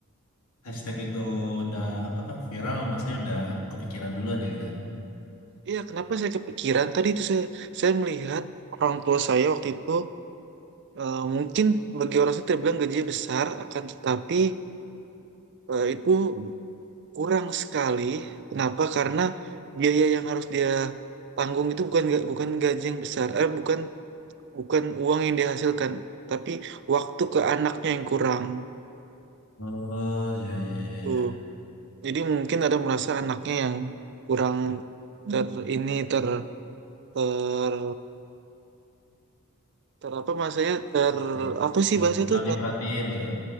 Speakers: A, on the left; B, on the right.
A: hashtag itu udah apa viral, masnya udah kepikiran duluan ya gitu.
B: Iya, kenapa saya kepikiran? Tadi itu saya, saya melihat orang tua saya waktu itu Eh, mungkin bagi orang saya terbilang gajinya besar, akan tetapi eh, itu kurang sekali. Kenapa? Karena biaya yang harus dia tanggung itu bukan ga- bukan gaji yang besar, eh bukan bukan uang yang dihasilkan, tapi waktu ke anaknya yang kurang.
A: Oh, iya, iya, iya,
B: Tuh.
A: iya.
B: Jadi mungkin ada merasa anaknya yang kurang ter ini ter ter ter apa maksudnya ter
A: Di-
B: apa sih
A: di-
B: bahasa
A: Kurang
B: itu
A: diperhatiin gitu.